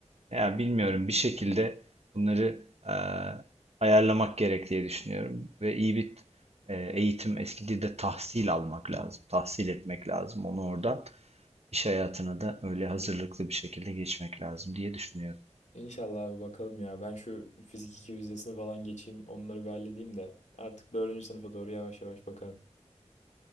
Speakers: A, on the right; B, on the left.
A: Ya bilmiyorum bir şekilde bunları e, ayarlamak gerek diye düşünüyorum ve iyi bir e, eğitim eski dilde tahsil almak lazım. Tahsil etmek lazım onu oradan. İş hayatına da öyle hazırlıklı bir şekilde geçmek lazım diye düşünüyorum.
B: İnşallah abi bakalım ya. Ben şu fizik iki vizesini falan geçeyim. Onları bir halledeyim de. Artık dördüncü sınıfa doğru yavaş yavaş bakarım.